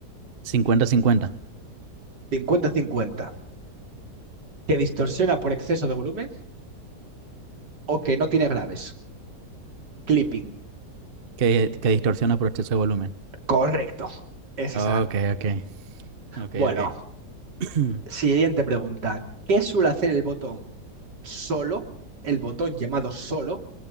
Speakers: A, on the right; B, on the right.
A: cincuenta cincuenta
B: Cincuenta-cincuenta. Que distorsiona por exceso de volumen o que no tiene graves. Clipping.
A: que, que distorsiona por exceso de volumen.
B: Correcto. Es
A: Ok,
B: esa.
A: ok, ok,
B: Bueno,
A: ok. <clears throat>
B: siguiente pregunta. ¿Qué suele hacer el botón solo, el botón llamado solo,